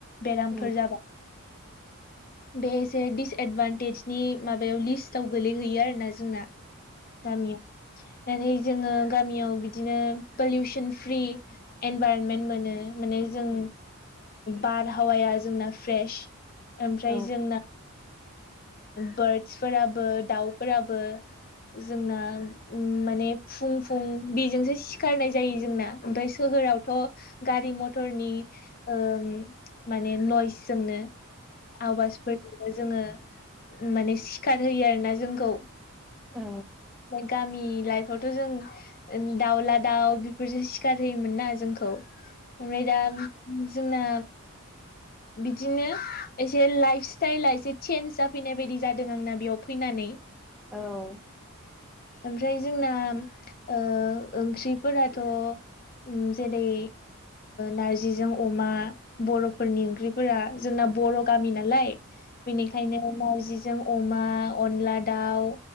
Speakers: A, on the left (about 45°); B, in the centre.
A: बेरामफोर
B: औ
A: जाबा बे एसे दिडिसएदभान्टेजनि माबायाव लिस्टआव गोलैहैयो आरोना जोंना गामियाव नाथाय जोङो गामियाव बिदिनो पलिउसन फ्रि इनभाइरनमेन्ट मोनो माने जों बारहावाया जोंना फ्रेश ओमफ्राय
B: औ
A: जोंना बार्दसफोराबो दाउफोराबो जोंना माने उम फुं फुं बेजोंसो सिखारनाय जायो जोंना ओमफ्राय सोहोरावथ' गारि मथरनि ओ माने नइस जोंनो आवाजफोरजोंबो जोङो माने सिखार होयो आरो ना जोंखौ
B: औ
A: गामि लाइफआवथ' जों दाउला दाउ बेफोरसो सि सिखार होयोमोन ना जोंखौ ओमफ्राय दा जोंना बिदिनो एसे लाइफ स्टाइला एसे चेन्ज जाफैनाय बायदि जादों आंना बेयाव फैनानै
B: औ
A: ओमफ्राय जोंना ओ ओंख्रिफोराथ' उम जेरै नारजिजों अमा बर'फोरनि ओं ख्रिफोरा जोंना बर' गामि नालाय बेनिखायनो नारजिजों अमा अनला दाउ